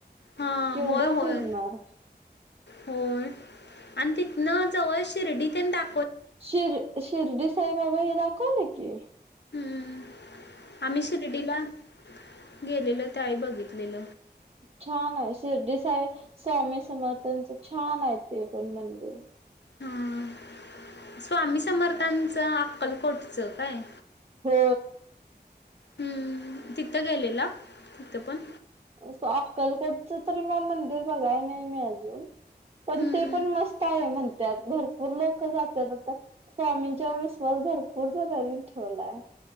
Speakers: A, on the left; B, on the right.
A: हां
B: केवढं
A: होय होय
B: फिरणार.
A: होय आणि तिथनं जवळ शिर्डीाव.
B: शिर शिरडी साईबाबा हे दाकवल कि
A: हम्म. आम्ही शिर्डीला गेलेलो त्यावेळी बघितलेल.
B: छान आहे शिर्डी साहेब स्वामी समर्थानच छान आहे ते पण मंदिर.
A: हां स्वामी समर्थांचं अक्कलकोटचं काय?
B: हो.
A: हम्म तिथं गेलेला तिथं पण.
B: अस अक्कलकोटच तरी म मंदिर बघाय नाही मी अजून पण
A: हम्म,
B: ते
A: हम्म.
B: पण मस्त आहे म्हण. त्यात भरपूर लोक जातात आता स्वामींचा विश्वास भरपूर जणारनी ठेवलाय.